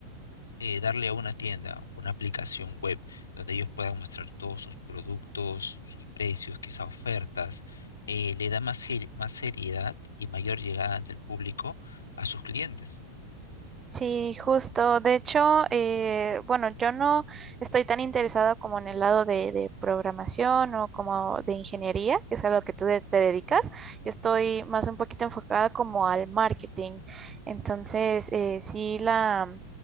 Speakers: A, on the left; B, on the right.
A: eh, darle a una tienda una aplicación web donde ellos puedan mostrar todos sus productos, sus precios, quizá ofertas, eh, le da más, ser- más seriedad y mayor llegada ante el público a sus clientes.
B: Sí, justo. De hecho, eh, bueno, yo no estoy tan interesada como en el lado de, de programación o como de ingeniería, que es a lo que tú de- te dedicas. Yo estoy más un poquito enfocada como al marketing. Entonces, eh, sí, la,